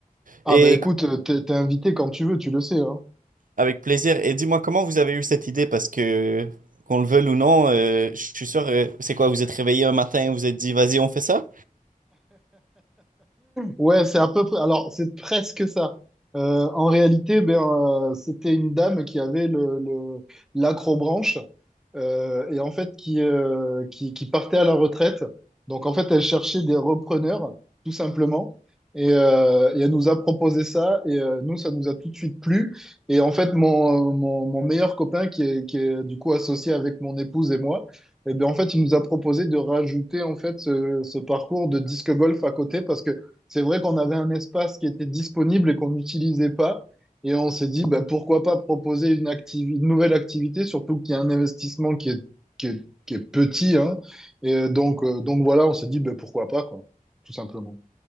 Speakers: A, in the centre; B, on the right.
A: Ah
B: Et
A: ben écoute,
B: c-
A: euh, t'es t'es invité quand tu veux, tu le sais, hein.
B: avec plaisir. Et dis-moi comment vous avez eu cette idée, parce que qu'on le veuille ou non, euh, je suis sûr. euh, c'est quoi? Vous êtes réveillé un matin, vous êtes dit, vas-y, on fait ça?
A: Ouais, c'est à peu près. Alors, c'est presque ça. Euh, en réalité, ben, euh, c'était une dame qui avait le, le, l'acrobranche euh, et en fait qui, euh, qui, qui partait à la retraite. Donc, en fait, elle cherchait des repreneurs, tout simplement. Et, euh, et elle nous a proposé ça. Et euh, nous, ça nous a tout de suite plu. Et en fait, mon, euh, mon, mon meilleur copain, qui est, qui est du coup associé avec mon épouse et moi, et ben, en fait, il nous a proposé de rajouter en fait ce, ce parcours de disque golf à côté parce que c'est vrai qu'on avait un espace qui était disponible et qu'on n'utilisait pas. Et on s'est dit, bah, pourquoi pas proposer une, activi- une nouvelle activité, surtout qu'il y a un investissement qui est, qui est, qui est petit, hein. Et donc, euh, donc voilà, on s'est dit, bah, pourquoi pas, quoi, tout simplement.